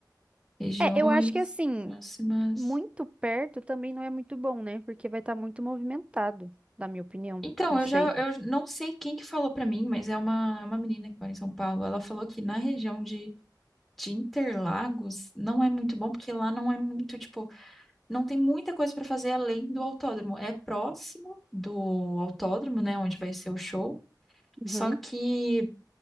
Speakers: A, in the centre; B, on the right.
A: Regiões
B: É, eu acho que assim,
A: próximas.
B: muito perto também não é muito bom, né? Porque vai estar muito movimentado, na minha opinião.
A: Então,
B: Não
A: eu
B: sei.
A: já. Eu não sei quem que falou pra mim, mas é uma, é uma menina que mora em São Paulo. Ela falou que na região de, de Interlagos não é muito bom, porque lá não é muito, tipo. Não tem muita coisa pra fazer além do autódromo. É próximo do autódromo, né, onde vai ser o show.
B: Uhum.
A: Só que.